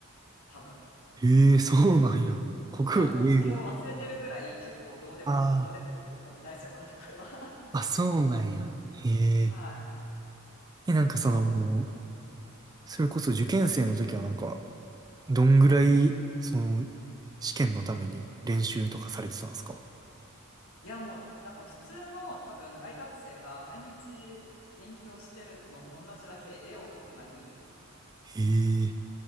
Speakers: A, on the left (about 70°); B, on the right (about 20°).
A: 多分。
B: へえ、そうなんや。国語と英語。
A: いや、もうそれを忘れてるぐらい結構どうでも、
B: あ
A: どうでもいいというか、美大生の中では。
B: あ、あ、そうなんや。へえ。
A: <laughs> はい。
B: え、なんかそのもう、
A: そう
B: それこそ受験生の時はなんか、どんぐらい、その、試験のために練習とかされてたんですか
A: いや、もう、だから普通の多分大学生が毎日勉強してるのと同じだけ絵を描くなり
B: へえ。